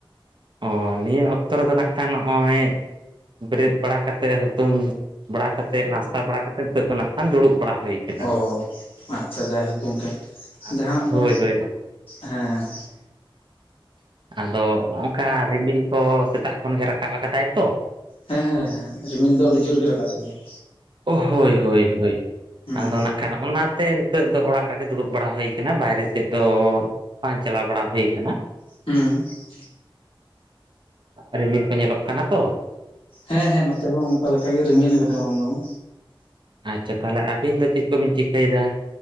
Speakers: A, on the right (about 60°); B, on the left (about 80°).
A: ᱚ ᱱᱤᱭᱟᱹ ᱚᱠᱛᱚ ᱨᱮᱫᱚ ᱱᱟᱜ ᱠᱷᱟᱱ ᱱᱚᱜᱼᱚᱭ ᱵᱮᱨᱮᱫ ᱵᱟᱲᱟ ᱠᱟᱛᱮ ᱦᱩᱛᱩᱢ ᱵᱟᱲᱟ ᱠᱟᱛᱮᱫ ᱱᱟᱥᱛᱟ ᱵᱟᱲᱟ ᱠᱟᱛᱮᱫ ᱱᱤᱛᱚᱜ ᱫᱚ ᱱᱟᱜ ᱠᱷᱟᱱ ᱫᱩᱲᱩᱵ ᱵᱟᱲᱟ᱾ ᱦᱩᱭ ᱟᱠᱟᱱᱟ
B: ᱚ ᱟᱪᱪᱷᱟ, ᱡᱟᱭᱦᱳᱠ ᱜᱚᱝᱠᱮ᱾
A: ᱟᱫᱚ
B: ᱡᱟᱦᱟᱱᱟᱜ ᱠᱚ
A: ᱦᱳᱭ ᱦᱳᱭ
B: ᱦᱮᱸ ᱾
A: ᱟᱫᱚ ᱚᱠᱟ ᱨᱤᱢᱤᱞ ᱠᱚ ᱥᱮᱛᱟᱜ ᱠᱷᱚᱱ ᱜᱮ ᱨᱟᱠᱟᱵ ᱟᱠᱟᱫᱟᱭ ᱛᱚ ᱾
B: ᱦᱮᱸ ᱦᱮᱸ ᱦᱮᱸ ᱨᱤᱢᱤᱞ ᱫᱚ ᱟᱹᱰᱤ ᱡᱳᱨ ᱜᱮ ᱨᱟᱠᱟᱵ ᱠᱟᱱᱟ ᱾
A: ᱚ ᱦᱳᱭ ᱦᱳᱭ ᱦᱳᱭ,
B: ᱦᱩᱸ
A: ᱟᱫᱚ ᱱᱟᱜ ᱠᱟᱱᱟ ᱚᱱᱟᱛᱮ ᱱᱤᱛᱚᱜ ᱫᱚ ᱚᱲᱟᱜ ᱨᱮᱜᱮ ᱫᱩᱲᱩᱵ ᱵᱟᱲᱟ ᱦᱩᱭ ᱠᱟᱱᱟ, ᱵᱟᱭᱨᱮ ᱥᱮᱫ ᱫᱚ ᱵᱟᱝ ᱪᱟᱞᱟᱣ ᱵᱟᱲᱟ ᱦᱩᱭ ᱟᱠᱟᱱᱟ ᱾
B: ᱦᱩᱸ ᱾
A: ᱨᱤᱢᱤᱞ ᱠᱚ ᱧᱮᱞᱚᱜ ᱠᱟᱱᱟ ᱛᱚ ᱾
B: ᱦᱮᱸ ᱦᱮᱸ, ᱱᱚᱛᱮ ᱦᱚᱸ, ᱚᱱᱠᱟ ᱞᱮᱠᱟᱜᱮ ᱨᱤᱢᱤᱞ ᱟᱠᱟᱫᱟᱭ ᱵᱟᱝ ᱫᱚ ᱵᱟᱝ
A: ᱟᱪᱪᱷᱟ, ᱛᱟᱦᱚᱞᱮ ᱟᱹᱵᱤᱱ ᱫᱚ ᱪᱮᱫ ᱠᱚᱵᱤᱱ ᱪᱤᱠᱟᱹᱭᱮᱫᱟ?